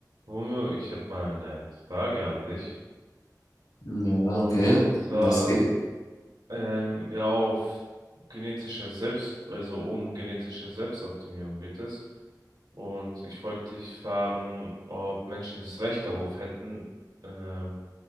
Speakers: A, on the right; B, on the left.
A: Romeo, ich hätte mal eine Frage an dich.
B: Ja,
A: Und
B: okay.
A: zwar,
B: Was geht?
A: ähm, ja, auf genetische Selbst, also um genetische Selbstoptimierung geht es. Und ich wollte dich fragen, ob Menschen das Recht darauf hätten, ähm,